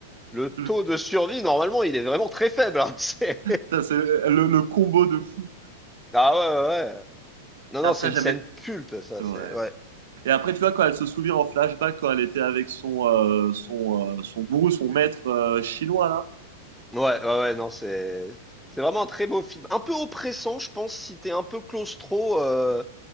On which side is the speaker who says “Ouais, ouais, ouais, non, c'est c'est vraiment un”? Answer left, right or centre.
Centre